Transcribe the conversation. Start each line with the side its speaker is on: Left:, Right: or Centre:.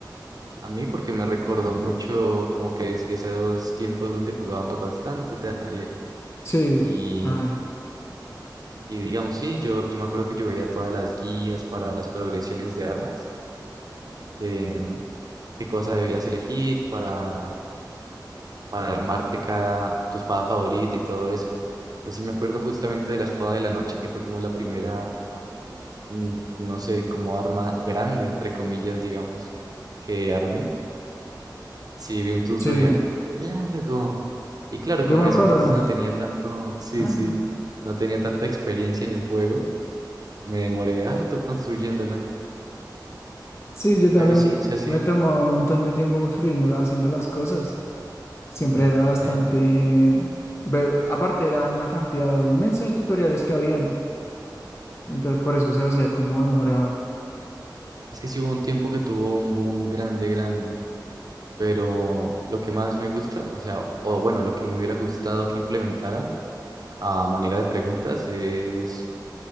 Right: A mí porque me recordó mucho como que es- esos tiempos donde jugábamos bastante Terraria
Left: sí,
Right: y,
Left: ay,
Right: y digamos, sí, yo, yo me acuerdo que yo veía todas las guías para las progresiones de armas, de mm, qué cosa debías elegir para, para armarte cada, tu espada favorita y todo eso. Entonces sí me acuerdo justamente de la espada de la noche, que fue como la primera, mm, no sé, como arma grande, entre comillas, digamos, que armé. Sí, vi un tutorial
Left: sí.
Right: largo. Y claro,
Left: Yo
Right: como
Left: me
Right: en
Left: acuerdo.
Right: ese entonces no tenía tanto, sí,
Left: <laughs>
Right: sí, no tenía tanta experiencia en el juego, me demoré harto construyéndola.
Left: Sí, yo también
Right: Pero sí, o sea, sí.
Left: me he tomado un montón de tiempo pues, friendo- haciendo las cosas. Siempre
Right: Ujú.
Left: era bastante...
Right: <laughs>
Left: ve- Aparte era una cantidad inmensa de tutoriales que habían. Entonces por eso se hacía como demorado.
Right: Es que sí hubo un tiempo que tuvo un boom grande, grande. Pero lo que más me gusta, o sea, o bueno, lo que me hubiera gustado que implementaran a manera de preguntas es,